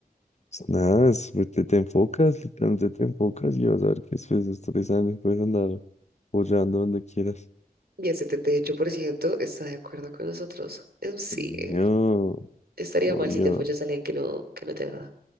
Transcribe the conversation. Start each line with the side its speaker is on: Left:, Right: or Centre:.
Left: Pues Nada, es- pues te, te enfocas, literalmente te enfocas y vas a ver que después de estos tres años puedes andar follando donde quieras.
Right: Y el 78% está de acuerdo con nosotros. Em, Sí,
Left: Sí, No,
Right: eh, estaría
Left: oye,
Right: mal si te follas a alguien que no, que no te agrada.